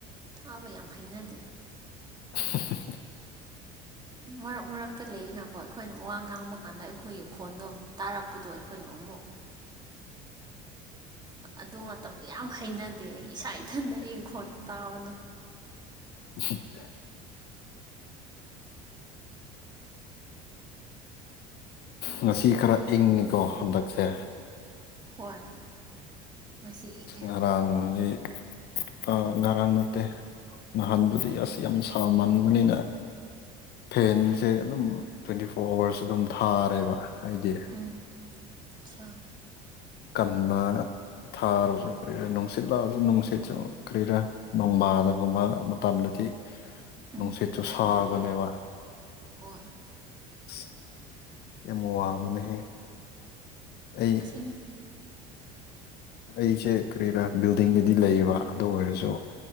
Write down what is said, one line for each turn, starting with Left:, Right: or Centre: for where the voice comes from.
Right: ꯊꯥꯕ ꯌꯥꯝ ꯍꯩꯅꯗꯦ
Left: <unintelligible>
Right: ꯃꯔꯛ ꯃꯔꯛꯇ ꯂꯩꯔꯤꯅꯀꯣ ꯑꯩꯈꯣꯏꯅ ꯋꯥ ꯉꯥꯡꯕ ꯀꯥꯟꯗ ꯑꯩꯈꯣꯏꯒꯤ ꯈꯣꯟꯗꯣ ꯇꯥꯔꯛꯄꯗꯣ ꯑꯩꯈꯣꯏꯅ ꯑꯃꯨꯛ ꯑꯗꯨ ꯃꯇꯝꯗ ꯌꯥꯝ ꯍꯩꯅꯗꯦ ꯏꯁꯥ ꯏꯊꯟꯗ ꯑꯩꯒꯤ ꯈꯣꯟ ꯇꯥꯕꯗꫭ
Left: <unintelligible> ꯉꯁꯤ ꯈꯔ ꯏꯪꯉꯤꯀꯣ ꯍꯟꯗꯛꯁꯦ
Right: ꯍꯣꯏ ꯉꯁꯤ ꯏꯒꯦ
Left: ꯉꯔꯥꯡꯗꯤ ꯑꯥ ꯉꯔꯥꯡ ꯅꯠꯇꯦ ꯅꯍꯥꯟꯕꯨꯗꯤ ꯑꯁ ꯌꯥꯝ ꯁꯃꯟꯕꯅꯤꯅ‌ ꯐꯦꯟꯁꯦ ꯑꯗꯨꯝ ꯇ꯭ꯋꯦꯟꯇꯤ ꯐꯣꯔ ꯑꯋꯥꯔꯁ ꯑꯗꯨꯝ ꯊꯥꯔꯦꯕ ꯑꯩꯗꯤ
Right: ꯎꯝ ꯆꯥ
Left: ꯀꯟꯅ ꯊꯥꯔꯁꯨ ꯀꯔꯤꯔꯥ ꯅꯨꯡꯁꯤꯠ ꯂꯥꯛꯑꯁꯨ ꯅꯨꯡꯁꯤꯠꯁꯨ ꯀꯔꯤꯔꯥ ꯅꯣꯡꯃꯥꯗꯒꯨꯝꯕ <unintelligible> ꯃꯇꯝꯗꯗꯤ
Right: ꯎꯝ
Left: ꯅꯨꯡꯁꯤꯠ ꯆꯁꯨ ꯁꯥꯕꯅꯦꯕ
Right: ꯍꫭꯏ
Left: ꯑꯁ ꯌꯥꯝ ꯋꯥꯡꯕꯅꯦꯍꯦ ꯑꯩ
Right: ꯎ <unintelligible>
Left: ꯑꯩꯁꯦ ꯀꯔꯤꯔꯥ ꯕꯤꯜꯗꯤꯡꯗꯗꯤ ꯂꯩꯌꯦꯕ ꯑꯗꯨ ꯑꯣꯏꯔꯁꯨ